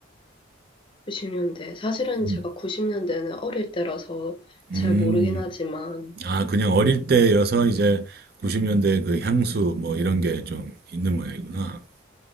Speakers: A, on the left (about 25°); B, on the right (about 50°).
A: 90년대. 사실은
B: 음.
A: 제가 90년대는 어릴 때라서 잘
B: 음,
A: 모르긴 하지만,
B: 아, 그냥 어릴 때여서 이제 90년대 그 향수 뭐 이런 게 좀 있는 모양이구나.